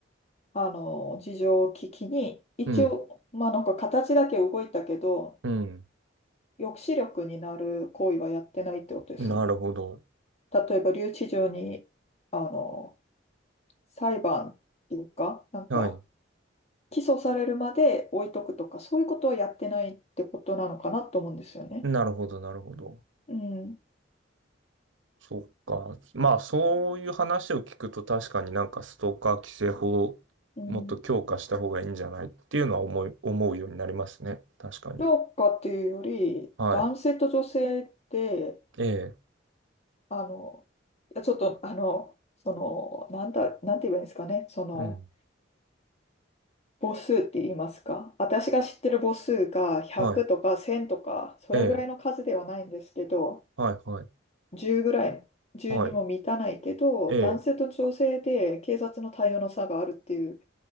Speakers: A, on the left; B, on the right.
A: あの、事情を聞きに、一応、
B: うん、
A: まあなんか形だけ動いたけど、
B: うん。
A: 抑止力になる行為はやってないってことですよね。
B: なるほど。
A: 例えば留置場に、あの、裁判っていうか、なんか、
B: はい。
A: 起訴されるまで置いとくとか、そういうことはやってないってことなのかなと思うんですよね。
B: なるほど、なるほど。
A: うん。
B: そうか。まあ、そういう話を聞くと確かになんかストーカー規制法をもっと強化した方がいいんじゃないっていうのは思い、
A: うん。
B: 思うようになりますね。確かに。
A: 評価っていうより、
B: は
A: 男性と女性って
B: い。ええ。
A: あの、いやちょっと、あの、その、なんだ、なんて言えばいいんですかね、その、
B: うん。
A: 母数って言いますか、私が知ってる母数が100とか1000とか、
B: はい。
A: それぐらいの数ではないんですけど、
B: ええ。はい、はい。
A: 10ぐらい、10にも満たないけど、
B: はい。ええ。
A: 男性と女性で警察の対応の差があるっていう